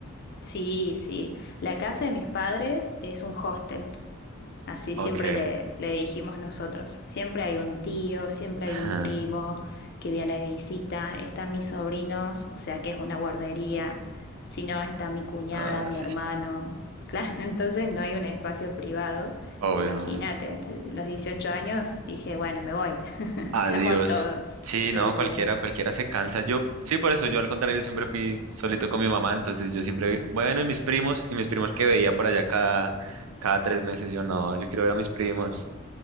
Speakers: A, on the left (about 50°); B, on the right (about 80°).
A: Sí, sí. La casa de mis padres es un hostel. Así siempre
B: Ok.
A: le, le dijimos nosotros. Siempre hay un tío, siempre
B: Ajá.
A: hay un primo que viene de visita. Están mis sobrinos, o sea que es una guardería. Si no, está mi cuñada,
B: Ah,
A: mi hermano. Claro, <laughs> entonces no hay un espacio privado.
B: obvio,
A: Imagínate,
B: obvio.
A: a los 18 años dije, bueno, me voy. <laughs>
B: Adiós.
A: Chao a todos.
B: Sí,
A: Sí,
B: no,
A: sí,
B: cualquiera,
A: sí.
B: cualquiera se cansa. Yo, sí, por eso, yo al contrario, yo siempre fui solito con mi mamá, entonces yo siempre, bueno, y mis primos, y mis primos que veía por allá cada, cada tres meses, yo no, yo quiero ver a mis primos.